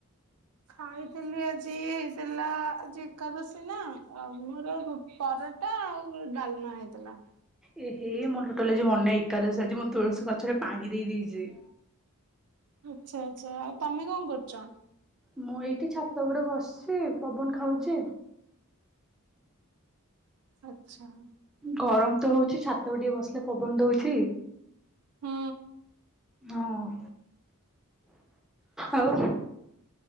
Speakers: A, on the right; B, in the centre.
A: ଖାଇଥିଲି ଆଜି ହେଇଥିଲା ଆଜି ଏକାଦଶୀ ନା ଆମର ପର ଭାତ ଆଉ ଡାଲମା ହେଇଥିଲା।
B: ଏ ହେ ମୋର ଟୋଟାଲି ଆଜି ମନେ ନାହିଁ ଏକାଦଶୀ ଆଜି ମୁଁ ତୁଳସୀ ଗଛରେ ପାଣି ଦେଇ ଦେଇଚି।
A: ଆଚ୍ଛା ଆଚ୍ଛା। ଆଉ ତମେ କଣ କରୁଚ?
B: ମୁଁ ଏଇଠି ଛାତ ଉପରେ ବସିଚି ପବନ ଖାଉଚି।
A: ଆଛା।
B: ଗରମ ତ ହଉଛି ଛାତ ଉପରେ ଟିକେ ବସିଲେ ପବନ ଦଉଚି।
A: ହୁଁ।
B: ହଁ। ଆଉ